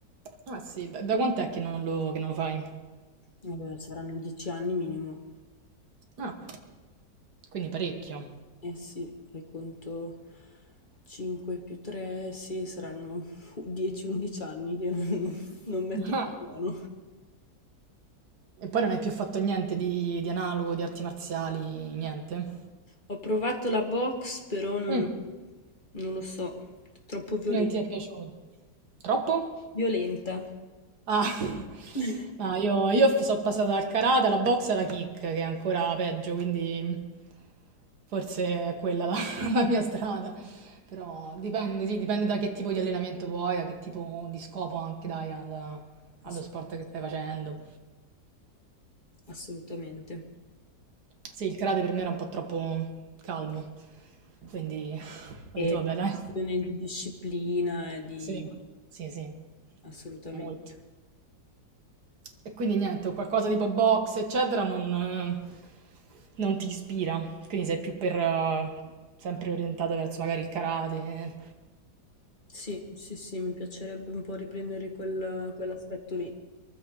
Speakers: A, on the right (about 65°); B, on the left (about 25°).
A: Ah sì, da, da quant'è che non lo, che non lo fai?
B: Eh, saranno dieci anni minimo.
A: Ah, quindi parecchio.
B: Eh sì, fai conto 5 più 3, sì, saranno 10-11 anni che non, non metto
A: Ah,
B: un buono.
A: E poi non hai più fatto niente di, di analogo, di arti marziali, niente?
B: Ho provato la box, però non,
A: Mm.
B: non lo so, troppo violen-
A: Non ti è piaciuto? Troppo?
B: violenta.
A: Ah, <laughs>
B: <laughs>
A: no, io, io f- sono passata dal karate alla box e alla kick, che è ancora peggio, quindi forse è quella la, <laughs> la mia strada. Però dipende, sì, dipende da che tipo di allenamento vuoi, da che tipo di scopo anche dai al- allo
B: Ass-
A: sport che stai facendo.
B: assolutamente.
A: Sì, il karate per me era un po' troppo calmo, quindi <laughs> ho
B: E
A: detto vabbè, dai.
B: questione di disciplina e di...
A: Sì, sì, sì,
B: assolutamente.
A: molto. E quindi niente, qualcosa tipo box, eccetera, non, eh, non ti ispira. Quindi sei più per, eh, sempre orientato verso magari il karate.
B: Sì, sì, sì, mi piacerebbe un po' riprendere quel- quell'aspetto lì.